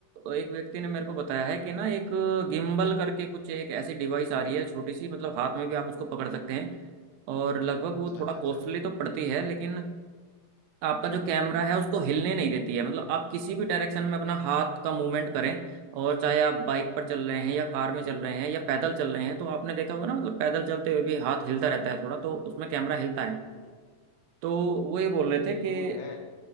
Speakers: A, on the right; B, on the left.
A: एक व्यक्ति ने मेरे को बताया है कि ना एक गिम्बल करके कुछ एक ऐसी डिवाइस आ रही है छोटी सी मतलब हाथ में भी आप उसको पकड़ सकते हैं और लगभग वो
B: अच्छा
A: थोड़ा
B: अच्छा अच्छा
A: कॉस्टली तो पड़ती है लेकिन आपका जो कैमरा है उसको हिलने नहीं देती है मतलब आप किसी भी डायरेक्शन में अपना हाथ का मूवमेंट करें और चाहे आप बाइक पर चल रहे हैं या कार में चल रहे हैं या पैदल चल रहे हैं तो आपने देखा होगा ना मतलब पैदल चलते हुए भी हाथ हिलता रहता है थोड़ा तो उसमें कैमरा हिलता है
B: हम्म
A: तो वो ये बोल
B: अच्छा
A: रहे
B: ये
A: थे कि
B: टूल है